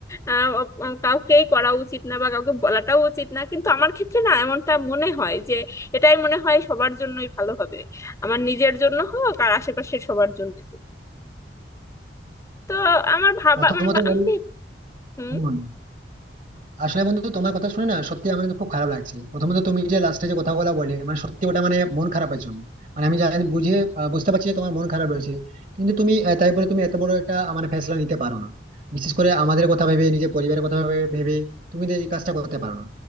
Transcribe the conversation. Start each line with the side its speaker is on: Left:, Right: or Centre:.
Left: আহ, অ- কাউকেই করা উচিত না বা কাউকে বলাটাও উচিত না কিন্তু আমার ক্ষেত্রে না এমনটা মনে হয় যে এটাই মনে হয় সবার জন্যই ভালো হবে আমার নিজের জন্য হোক আর আশেপাশের সবার জন্য হোক তো আমার ভাবা
Right: প্রথমত
Left: মানে বা-
Right: বলি
Left: আমি ভেব- হুম
Right: আমি মনে হয়। আসলে বন্ধু তোমার কথা শুনে না সত্যি আমার কিন্তু খুব খারাপ লাগছে প্রথমত তুমি যে লাস্টে যে কথাগুলো বলে মানে সত্যি ওটা মানে মন খারাপের জন্য মানে আমি জানি বুঝে আহ, বুঝতে পারছি যে তোমার মন খারাপ রয়েছে কিন্তু তুমি আহ, তাই বলে তুমি এত বড় একটা মানে ফেসলা নিতে পারো না বিশেষ করে আমাদের কথা ভেবে নিজের পরিবারের কথা ভেবে ভেবে তুমি তো এই কাজটা করতে পারো না